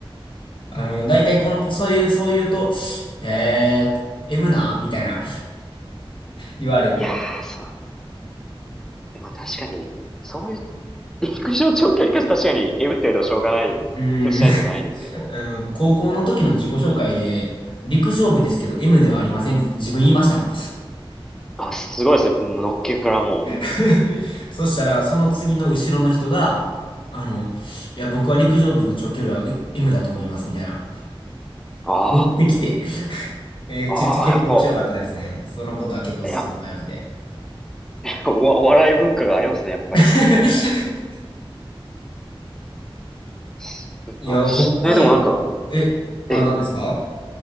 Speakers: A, on the left; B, in the centre.
A: あの、大体この、そういう、そう言うと、えー、M なみたいな言われて。
B: いやー、そう。でも確かに、そういう、陸上長距離かし確かに、えぶってるとしょうがない気もしないでもないですけど。
A: うーん、<laughs> うん、高校の時の自己紹介で、陸上部ですけど M ではありませんって自分言いましたもん。
B: あ、すごいですね。乗のっけからも
A: <laughs> そしたら、その次の後ろの人が、あの、いや、僕は陸上部の長距離はう M だと思います、みたいな。
B: う。あ
A: 持ってきて。え、
B: あ、
A: ち、
B: ああ、
A: ち、結構面白かったですね。
B: やっぱ、
A: そのことは結構ずっと仲良くて。
B: やっぱお、お笑い文化がありますね、やっぱり関西は。
A: <laughs>
B: すごいな。
A: いや、北海道、
B: え、でもなんか、
A: え、あ、
B: ええ。
A: 何ですか